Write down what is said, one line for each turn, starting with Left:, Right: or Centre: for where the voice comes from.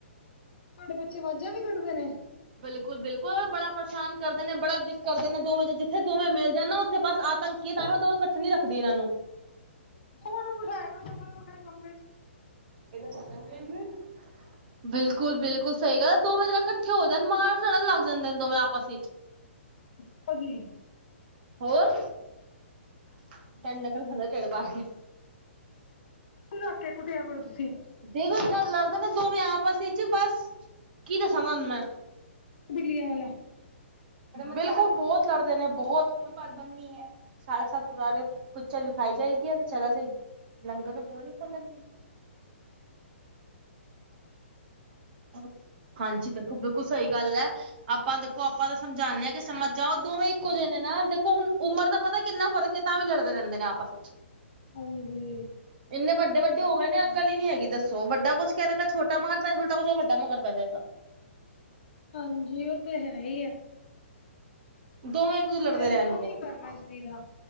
Left: ਤੁਹਾਡੇ ਬੱਚੇ ਵਾਜ਼ਾਂ ਵੀ ਕੱਢਦੇ ਨੇ।
Right: ਬਿਲਕੁਲ- ਬਿਲਕੁਲ ਬੜਾ ਪਰੇਸ਼ਾਨ ਕਰਦੇ ਨੇ, ਬੜਾ ਦਿੱਕ ਕਰਦੇ ਨੇ, ਦੋਵੇਂ ਜਿੱਥੇ ਦੋਵੇਂ ਮਿਲ ਜਾ ਨਾ ਉੱਥੇ ਬਸ ਅੱਤ ਦੋਨਾ ਇਕੱਠ ਨੀ ਰੱਖਦੀ ਇਹਨਾਂ ਨੂੰ।
Left: ਦੋਵਾਂ ਨੂੰ ਬੈਠਾਇਆ ਕਰੋ ਵੱਖਰੇ-ਵੱਖਰੇ ਕਮਰੇ ਚ'।
Right: ਇਹ ਤਾਂ ਫਿਲਮ ਵੇਖ ਰੇ ਬਿਲਕੁਲ-ਬਿਲਕੁਲ ਸਹੀ ਗੱਲ ਦੋਵੇਂ ਜਨੇ ਕੱਠੇ ਹੋ ਜਨ ਮਾਰ ਲੜਨ ਲੱਗ ਜਾਂਦੇ ਨੇ ਦੋਵੇਂ ਆਪਸ ਵਿਚ।
Left: ਅੱਛਾ ਜੀ।
Right: ਹੋਰ। <unintelligible>
Left: ਰੱਖ ਕੇ ਕੁੱਟਿਆ ਕਰੋ ਤੁਸੀਂ।
Right: ਦੇਖੋ ਲੜਦੇ ਨੇ ਦੋਵੇਂ ਆਪਸ ਚ' ਬਸ ਕੀ ਦੱਸਾਂ ਤੁਹਾਨੂੰ ਮੈਂ
Left: ਬਿੱਲੀਆਂ ਵਾਲਾ।
Right: ਬਿਲਕੁਲ ਬਹੁਤ ਲੜਦੇ ਨੇ ਬਹੁਤ ਸਾਢੇ ਸਤ ਗੁੁਰਦਾਰੇ ਪਿੱਚਰ ਵਿਖਾਈ ਜਾਏਗੀ ਚਲਾ ਜਾਈ, ਲੰਗਰ ਦੇ ਬੁਹੇ ਨਹੀਂ ਖੋਲਣਗੇ। <unintelligible> ਹਾਂਜੀ। ਦੇਖੋ, ਬਿਲਕੁਲ ਸਹੀ ਗੱਲ ਐ, ਆਪਾਂ ਦੇਖੋ ਆਪਾਂ ਤਾਂ ਸਮਝਾਨੇ ਆਂ ਕਿ ਸਮਝ ਜਾਓ ਦੋਵੇਂ ਇੱਕੋ ਜਿਹੇ ਨੇ ਨਾ ਦੇਖੋ ਹੁਣ ਉਮਰ ਦਾ ਪਤਾ ਕਿੰਨਾ ਫਰਕ ਏ, ਤਾਂ ਵੀ ਲੜਦੇ ਰਹਿੰਦੇ ਨੇ ਆਪਸ <inaudible>
Left: ਹਾਂਜੀ।
Right: ਇੰਨੇ ਵੱਡੇ -ਵੱਡ ਹੋ ਗਏ ਨੇ ਅਕਲ ਹੀ ਨੀ ਹੈਗੀ ਦੱਸੋ ਵੱਡਾ ਕੁਛ ਕਹਿ ਦੇਗਾ ਛੋਟਾ ਮਾਰ ਪੈ ਛੋਟਾ ਕੁਛ ਵੱਡਾ ਮਗਰ ਪੈ ਜੇਗਾ।
Left: ਹਾਂਜੀ, ਉਹ ਤੇ ਹੈ ਈ ਹੈ।
Right: ਦੋਵੇਂ ਇੱਕ ਲੜਦੇ
Left: ਏਦਾਂ
Right: ਰਹਿਣਗੇ
Left: ਨਹੀਂ ਕਰਨਾ ਚਾਹੀਦਾ,